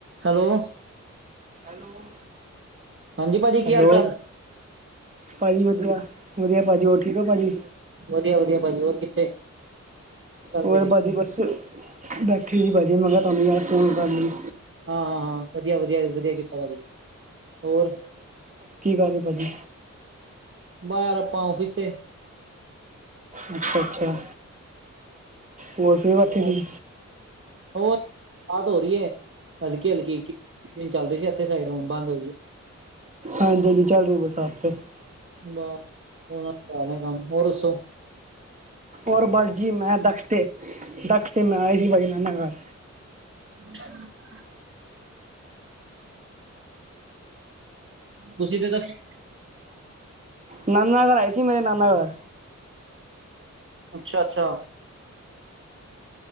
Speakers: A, on the right; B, on the right.
A: Hello
B: hello
A: ਹਾਂਜੀ ਭਾਜੀ
B: ਹੈਲੋ
A: ਕੀ ਹਾਲ ਚਾਲ
B: ਹਾਂਜੀ ਵਧੀਆ ਵਧੀਆ ਭਾਜੀ ਹੋਰ ਠੀਕ ਹੋ ਭਾਜੀ?
A: ਵਧੀਆ ਵਧੀਆ ਭਾਜੀ ਹੋਰ ਕਿੱਥੇ? ਕਰਦੇ
B: ਹੋਰ
A: ਜੀ
B: ਬਾਜੀ ਬਸ ਬੈਠੀ ਸੀ ਭਾਜੀ ਮੈ ਕਿਆ ਤੁਆਨੂੰ ਯਾਦ ਫੋਨ ਕਰ ਲਈਏ।
A: ਹਾਂ ਹਾਂ ਹਾਂ ਵਧੀਆ ਵਧੀਆ ਜੀ ਵਧੀਆ ਕੀਤਾ ਭਾਜੀ ਹੋਰ
B: ਕੀ ਕਰ ਰਹੇ ਭਾਜੀ
A: ਬਾਰ ਆਪਾਂ ਆਫਿਸ ਤੇ
B: ਅੱਛਾ- ਅੱਛਾ ਹੋਰ ਫਰੀ ਬੈਠੇ
A: ਹ
B: ਸੀ
A: ਹੋਰ ਬਾਦ ਹੋ ਰਹੀ ਹੈ ਹਲਕੀ ਹਲਕੀ ਚੱਲ ਰਹੀ ਸੀ ਇੱਥੇ ਸਾਡੇ ਹੁਣ ਬੰਦ ਹੋਈ ਹੈ।
B: ਹਾਂਜੀ -ਹਾਂਜੀ ਚੱਲ ਰਹੀ ਹੈ ਬਰਸਾਤ ਤੇ -
A: ਬਸ ਉਹ ਕਰ ਰਿਿਆ ਕੰਮ ਹੋਰ ਦੱਸੋ <inaudible>
B: ਔਰ ਬਸ ਜੀ ਮੈਂ ਦਖੱ ਤੇ ਦਖ ਤੇ ਮੈਂ ਆਏ ਸੀ <inaudible> ਬਜਨਾਨਾ ਘਰ
A: ਹਾਂ <inaudible> ਤੁਸੀਂ ਤੇ ਤ <inaudible>
B: ਨਾਨਾ ਘਰ ਆਏ ਸੀ ਮੇਰੇ ਨਾਨਾ ਘਰ
A: ਅੱਛਾ, ਅੱਛਾ